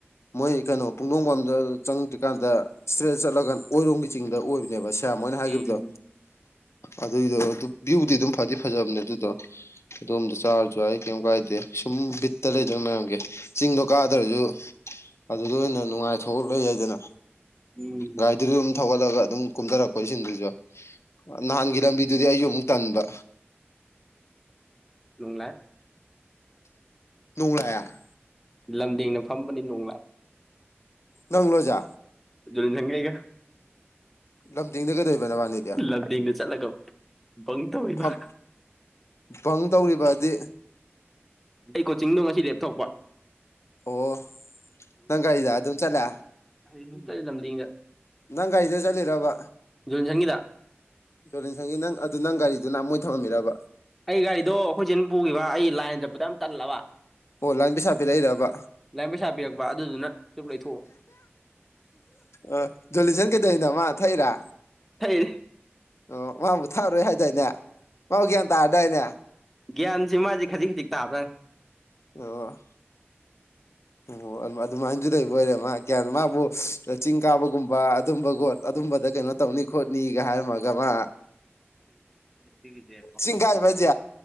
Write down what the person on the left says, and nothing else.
ꯃꯣꯏ ꯀꯩꯅꯣ ꯄꯨꯡꯗꯣꯡꯐꯝꯗ ꯆꯪꯗ꯭ꯔꯤꯀꯥꯟꯗ ꯏꯁꯇ꯭ꯔꯦꯠ ꯆꯠꯂꯒ ꯑꯣꯏꯔꯣꯝꯒꯤ ꯆꯤꯡꯗ ꯑꯣꯏꯕꯅꯦꯕ ꯁꯌꯥꯝ ꯍꯣꯏꯅ ꯍꯥꯏꯈꯤꯕꯗꯣ
ꯑꯗꯨꯏꯗꯣ ꯑꯗꯨ ꯚ꯭ꯌꯨꯗꯤ ꯑꯗꯨꯝ ꯐꯗꯤ ꯐꯖꯕꯅꯦ ꯑꯗꯨꯗꯣ ꯑꯗꯣꯝꯗ ꯆꯥꯔꯁꯨ ꯌꯥꯏ ꯀꯩꯝ ꯀꯥꯏꯗꯦ ꯁꯨꯝ ꯕꯤꯠꯇ ꯂꯩꯗꯅ ꯃꯌꯥꯝꯒꯤ ꯆꯤꯡꯗꯣ ꯀꯥꯗ꯭ꯔꯁꯨ ꯑꯗꯨꯗ ꯑꯣꯏꯅ ꯅꯨꯡꯉꯥꯏꯊꯣꯛ ꯂꯩ ꯌꯥꯏꯗꯅ
ꯒꯥꯔꯤꯗꯨꯁꯨ ꯑꯗꯨꯝ ꯊꯧꯒꯠꯂꯒ ꯑꯗꯨꯝ ꯀꯨꯝꯊꯔꯛꯄ ꯏꯁꯤꯡꯗꯨꯁꯨ ꯅꯍꯥꯟꯒꯤ ꯂꯝꯕꯤꯗꯨꯗꯤ ꯑꯩꯁꯨ ꯑꯃꯨꯛ ꯇꯟꯕ
ꯅꯣꯡ ꯂꯥꯛꯑꯦ
ꯅꯪꯂꯣ ꯍꯥꯏꯁꯦ
ꯂꯝꯗꯤꯡꯗ ꯀꯩꯗꯧꯔꯤꯕ ꯅꯕꯥꯅꯤ
ꯐꯝ ꯕꯪ ꯇꯧꯔꯤꯕꯗꯤ
ꯑꯣ ꯅꯪ ꯒꯥꯔꯤꯗ ꯑꯗꯨꯝ ꯆꯠꯂꯦ
ꯅꯪꯒꯥꯔꯤꯗꯨꯗ ꯆꯠꯂꯤꯔꯕ
ꯖꯣꯔꯦꯟꯁꯟꯒꯤ ꯅꯪ ꯑꯗꯨ ꯅꯪ ꯒꯥꯔꯤꯗꯨ ꯅ ꯃꯣꯏ ꯊꯝꯃꯤꯔꯕ
ꯑꯣ ꯂꯥꯏꯟ ꯄꯩꯁꯥ ꯄꯤꯔꯛꯏꯔꯕ
ꯑ ꯖꯣꯂꯤꯁꯟ ꯀꯩꯗꯩꯅꯣ ꯃꯥ ꯊꯛꯏꯔꯥ
ꯑꯣ ꯃꯥꯕꯨ ꯊꯛꯑꯔꯣꯏ ꯍꯥꯏꯗꯥꯏꯅꯦ ꯃꯥꯕꯨ ꯒ꯭ꯌꯥꯟ ꯇꯥꯔꯗꯥꯏꯅꯦ
ꯑꯣ ꯑꯣ ꯑꯗꯨꯃꯥꯏꯅꯁꯨ ꯂꯩꯕ ꯑꯣꯏꯔꯦ ꯃꯥ ꯀꯌꯥ ꯃꯥꯕꯨ ꯆꯤꯡ ꯀꯥꯕꯒꯨꯝꯕ ꯑꯗꯨꯝꯕꯒꯣꯠ ꯑꯗꯨꯝꯕꯗ ꯀꯩꯅꯣ ꯇꯧꯅꯤ ꯈꯣꯠꯅꯤꯒ ꯍꯥꯏꯔꯝꯃꯒ ꯃꯥ
ꯆꯤꯡ ꯀꯥꯏꯕ ꯍꯥꯏꯁꯦ